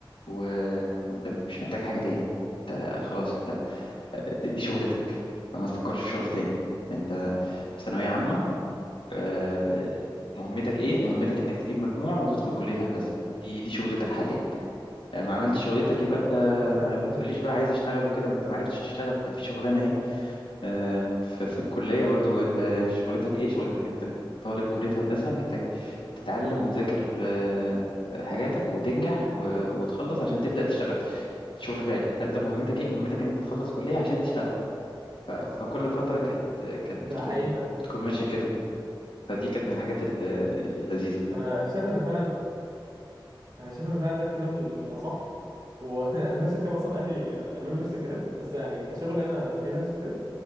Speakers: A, on the left (about 80°); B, on the right (about 45°).
A: و... وانت مش محتاج حاجة تاني انت خلاص انت آه، دي دي شغلتك فما تفكرش في شغل تاني انت في ثانوية عامة آه، مهمتك ايه مهمتك انك تجيب مجموع وتدخل كلية هندسة دي دي شغلتك حاليا آه، ما
B: <laughs>
A: عملتش شغلتك يبقى انت
B: ده فعلا
A: ما, ما
B: ايوه
A: تقوليش بقى عايز اشتغل وكده ما انت ما عرفتش تشتغل ما في شغلانة آه، ف- في الكلية برضو انت شغلتك ايه شغلتك انت طالب كلية هندسة محتاج تتعلم وتذاكر آه، حاجاتك وتنجح و- وتخلص عشان تبدأ تشتغل شغل فعلي فانت مهمتك ايه مهمتك ان انت تخلص كلية عشان تشتغل ف- فكل فترة كانت كانت
B: ده
A: بتكون
B: حقيقي فعلا
A: بتكون ماشية كده فدي كانت من الحاجات ال- اللذيذة
B: انا شايف ان فعلا انا شايف ان فعلا ده الكلام الاصح ونفس <laughs> الكلام اصلا اهلي قالوا لي نفس الكلام بس يعني كشغل انا فريلانس وكده